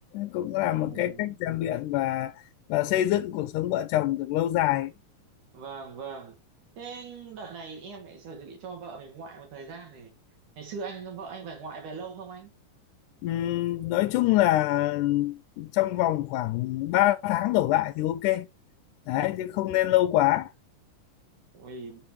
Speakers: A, on the left; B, on the right.
A: cũng
B: Ừm,
A: là một cái cách rèn luyện và và xây dựng cuộc sống vợ chồng được lâu dài
B: vâng vâng thế đợt này em lại chuẩn bị cho vợ mình ngoại một thời gian này ngày xưa anh vợ anh về ngoại về lâu không anh
A: Ừm, nói chung là trong vòng khoảng 3 tháng đổ lại thì ok đấy chứ không nên lâu quá
B: Ui,